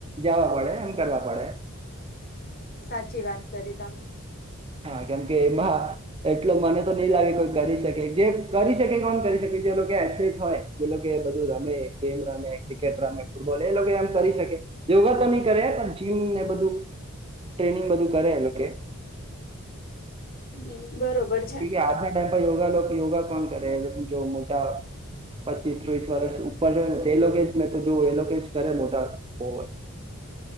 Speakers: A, on the right; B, on the left.
A: જવા પડે એમ કરવા પડે
B: <unintelligible> સાચી વાત કરી તમે.
A: હા કેમકે એમાં એટલો મને તો નઈ લાગે કોઈ કરી શકે. જે કરી શકે કોણ કરી શકે જે લોકો એથલીટ હોય. જે લોકો બધું રમે ગેમ રમે ક્રિકેટ રમે ફૂટબોલ એ લોકો એમ કરી શકે યોગા તો નહી કરે મને બધું ટ્રેનિંગ બધું કરે કે
B: હમ બરોબર છે.
A: કે આજના ટાઈમ યોગા લોકો યોગા કોણ કરે જો મોટા પચીસ ત્રીસ વરષ ઉપર રહે ને તો એ લોકો જ મેં તો જોવું એ લોકો જ કરે મોટા હોય <inaudible>